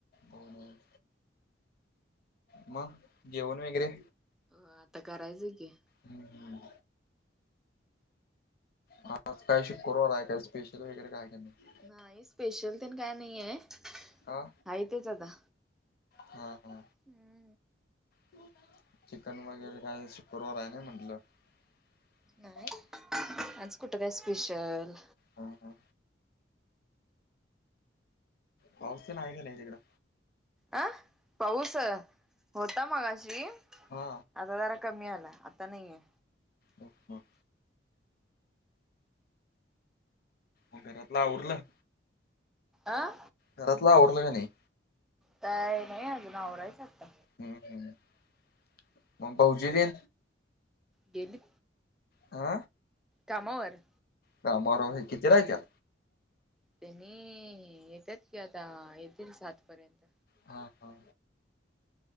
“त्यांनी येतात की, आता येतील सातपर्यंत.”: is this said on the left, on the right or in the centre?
Centre